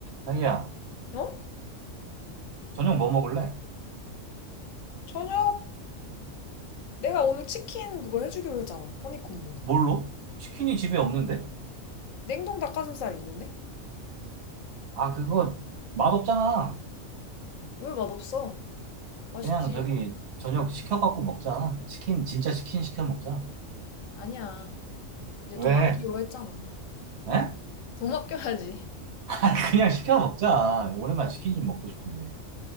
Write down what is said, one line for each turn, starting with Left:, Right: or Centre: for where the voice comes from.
Right: 자기야,
Left: 어?
Right: 저녁 뭐 먹을래?
Left: 저녁 내가 오늘 치킨 그거 해주기로 했잖아. 허니콤보.
Right: 뭘로? 치킨이 집에 없는데?
Left: 냉동 닭가슴살 있는데?
Right: 아, 그거 맛없잖아.
Left: 왜 맛없어? 맛있지?
Right: 그냥 저기 저녁 시켜갖고 먹자. 치킨, 진짜 치킨 시켜 먹자.
Left: 아니야. 이제
Right: 왜?
Left: 돈 아끼기로 했잖아.
Right: 에?
Left: 돈 아껴야지.
Right: <laughs> 그냥 시켜 먹자. 오랜만에 치킨 좀 먹고 싶은데.